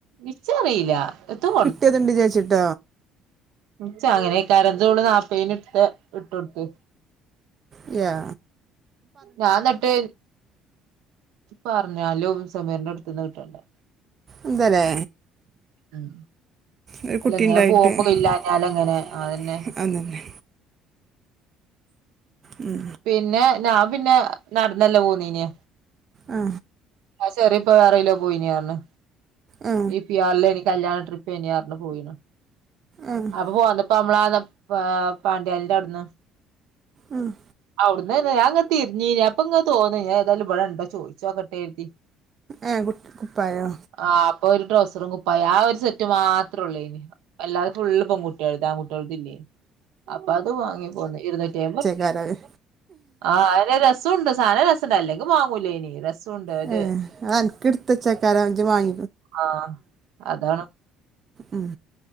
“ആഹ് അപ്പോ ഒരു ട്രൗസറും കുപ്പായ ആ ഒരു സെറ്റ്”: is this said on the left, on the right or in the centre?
Right